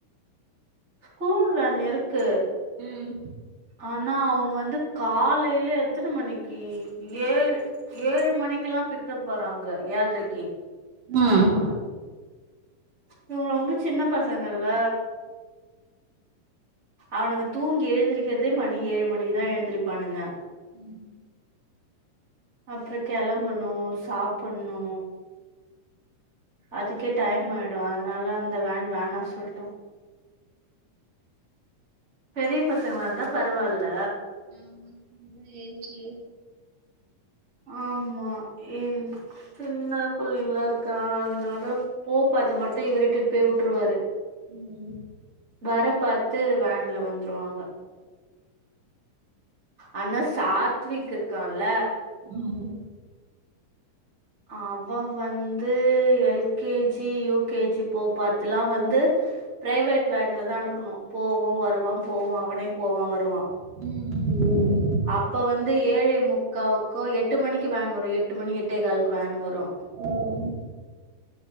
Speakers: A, on the right; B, on the right.
A: ஸ்கூல் வேண் இருக்கு
B: ம்
A: ஆனா அவங்க வந்து காலையில எத்தனை மணிக்கு ஏழு ஏழு மணிக்குகெல்லா பிக்கப் வறாங்க ஏழ்ரைக்கு
B: ம்
A: இவங்க ரொம்ப சின்ன பசங்கள்ல அவனுங்க தூங்கி எழுந்திருக்கிறதே மணி ஏழு மணிக்குதா எழுந்திருப்பானுங்க
B: ம்
A: அப்புற கிளம்பணு சாப்பிடணு அதுக்கே டைம் ஆயிடு அதனால அந்த வேன் வேணா சொல்லிட்டோ பெரிய பசங்களா இருந்தா பரவாயில்ல
B: ஆமா ஏன்ச்சு
A: ஆமா என் சின்ன பிள்ளைங்கல்லா இருக்கா அதனால போப்ப அத மட்டு இவுர் இட்டுட் போய் உட்டுருவாரு
B: ம்
A: வர பாத்து வேன்ல வந்ருவாங்க அனா சாத்விக் இருக்கான்ல
B: ம்
A: அவன் வந்து எல்கேஜி யூகேஜி போ பாத்துலா வந்து ப்ரைவேட் வேன்ல தா அனுப்புனு போவோ வருவா போவோ அவனே போவா வருவா
B: ம் ம் ம்
A: அப்ப வந்து ஏழே முக்காவுக்கோ எட்டு மணிக்கி வேன் வரு எட்டு மணிக் எட்டே கால்க்கு வேன் வரு
B: ம்